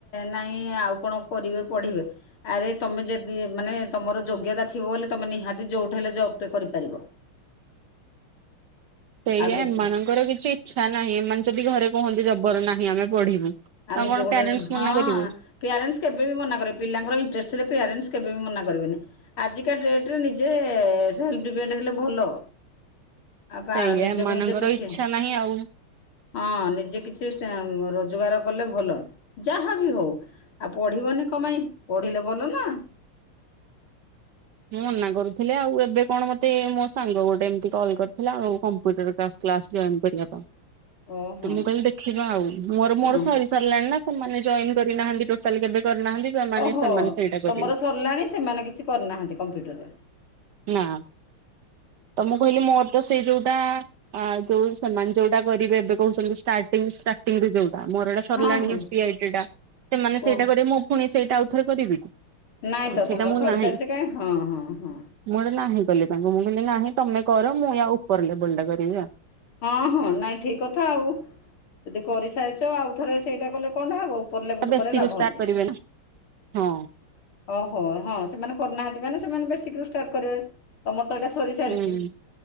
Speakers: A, on the left; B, on the right.
A: ନାଇଁ ଆଉ କଣ କରିବେ ପଢ଼ିବେ ଆରେ ତମେ ଯଦି ମାନେ ତମର ଯୋଗ୍ୟତା ଥିବ ବୋଲି ତମେ ନିହାତି ଯୋଉଠି ହେଲେ ଜବ ଟେ କରିପାରିବ।
B: ସେଇଆ
A: ଆଉ ନିଜେ
B: ଏମାନଙ୍କର କିଛି ଇଚ୍ଛା ନାହିଁ, ଏମାନେ ଯଦି ଘରେ କୁହନ୍ତି ଜବର ନାହିଁ ଆମେ ପଢିବୁ।
A: ଆ
B: ତାଙ୍କୁ
A: ନିଜ
B: କଣ
A: ଗୋଡରେ,
B: ପ୍ୟାରେଣ୍ଟସ୍
A: ହଁ।
B: ମନା କରିବେ
A: ପ୍ୟାରେଣ୍ଟସ୍ କେବେ ବି ମନାକରିବେନି। ପିଲାଙ୍କର ଇଣ୍ଟରେଷ୍ଟ ଥିଲେ ପ୍ୟାରେଣ୍ଟସ୍ କେବେ ବି ମନା କରିବେନି। ଆଜିକା ଡେଟରେ ନିଜେ ସେଲ୍ ଡିପେଣ୍ଡ ହେଲେ ଭଲ। ଆଉ କା
B: ସେଇଆ
A: ନିଜକୁ
B: ଏମାନଙ୍କର
A: ନିଜେ କିଛି
B: ଇଚ୍ଛା ନାହିଁ ଆଉ
A: ହଁ ନିଜେ କିଛି ଷ୍ଟା ରୋଜଗାର ଗଲେ ଭଲ, ଯାହା ବି ହଉ ଆଉ ପଢିବନି କମପାଇଁ ପଢିଲେ ଭଲ ନା।
B: ମୁଁ ମନା କରୁଥିଲି ଆଉ ଏବେ କଣ ମତେ ମୋ ସାଙ୍ଗ ଗୋଟେ ଏମିତି କଲ୍ କରିଥିଲା ଆଉ କମ୍ପ୍ୟୁଟର କ୍ଲା କ୍ଲାସ ଜଏନ କରିବା ପାଇଁ,
A: ଓହୋ
B: ତ ମୁ କହିଲି ଦେଖିବା ଆଉ। ମୋର
A: ହଁ
B: ମୋର ସରି ଲାଣି ନା ସେମାନେ ଜଏନ କରିନାହାନ୍ତି, ଟୋଟାଲ କେବେ କରିନାହାନ୍ତି। ସେମାନେ
A: ଓହୋ
B: ସେମାନେ ସେଇଟା କରିବେ
A: ତମର ସରିଲାଣି। ସେମାନେ କିଛି କରିନାହାନ୍ତି କମ୍ପ୍ୟୁଟର।
B: ନା, ତ ମୁଁ କହିଲି ମୋ ତ ସେଇ ଯୋଉଟା ଯୋଉ ସେମାନେ ଯୋଉଟା କରିବେ ଏବେ କହୁଛନ୍ତି ଷ୍ଟାରଟିଙ୍ଗ ଷ୍ଟାର୍ଟିଂରେ ଯୋଉ ମୋର ଏଇଟା ସରିଲାଣି
A: ହଁ ହଁ
B: ସି ଆଇ ଟି ଟା। ସେମାନେ
A: ଓ
B: ସେଇଟା କରିବେ ମୁ ପୁଣି ସେଇଟା ଆଉ ଥରେ କରିବି କି?
A: ନାଇଁ ତ
B: ସେଇଟା
A: ତମର
B: ମୁଁ
A: ସରିସାରିଛି
B: ନାହିଁ
A: କାଇଁ, ହଁ ହଁ ହଁ।
B: ମୁଁ ହେଠେ ନାହିଁ କଲି ତାଙ୍କୁ। ମୁଁ କହିଲି ନାହିଁ ତମେ କର ମୁଁ ୟା ଉପର ଲେବୁଲ ଟା କରିବି ଆଉ।
A: ହଁ, ହଁ ନାଇଁ ଠିକ କଥା ଆଉ। ଯଦି କରିସାରିଛ ଆଉ ଥରେ ସେଇଟା କଲେ କଣଟା ହବ? ଉପର
B: ଆଉ
A: ଲେବୁଲ
B: ବେଶୀରୁ
A: କଲେ ଲାଭ
B: ଷ୍ଟାର୍ଟ
A: ଅଛି।
B: କରିବେନି ହଁ।
A: ଓହୋ, ହଁ ସେମାନେ କରିନାହାନ୍ତି ମାନେ ସେମାନେ ବେଶୀକ ରୁ ଷ୍ଟାର୍ଟ କରିବେ। ତମର ତ ଏଇଟା ସରି ସାରିଚି।
B: ହୁଁ